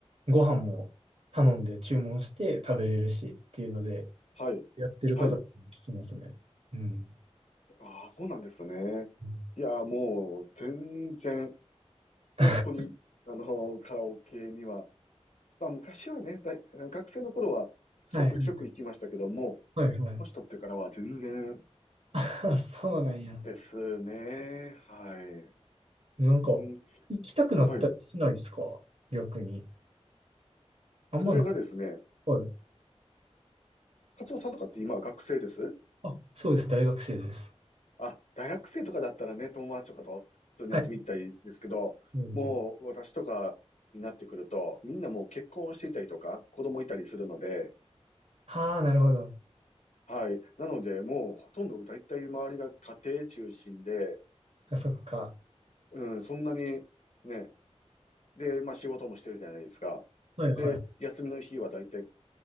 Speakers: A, on the right; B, on the left.
A: ご飯も頼んで注文して食べれるしっていうので、
B: はい。
A: やってる方に聞きますね。
B: はい。
A: うん。
B: ああ、そうなんですね。
A: うん
B: いやー、もう全然、本当に、
A: <laughs>
B: あの、カラオケにはまあ昔はね、大学生の頃はちょくちょく行きましたけども、
A: はいはいはいはい。
B: 年取ってからは全然
A: <laughs> あ、そうなんや。
B: ですね。はい。
A: なんか、
B: うん。
A: 行きたくなったりしないですか逆に。
B: はい。
A: あんまない、
B: それがですね、
A: はい。
B: カツオさんとかって今は学生です
A: あ、そうです。大学生です。
B: あ、大学生とかだったらね、友達とかと普通に遊びに行ったりですけど、
A: はい。そうですね。
B: もう私とかになってくると、みんなもう結婚していたりとか、子供いたりするので、
A: ああ、なるほど。
B: はい。なので、もうほとんど大体周りが家庭中心で、
A: あ、そっか。
B: うん、そんなにね、で、まあ仕事もしてるじゃないですか。
A: はいはい。
B: で、休みの日は大体、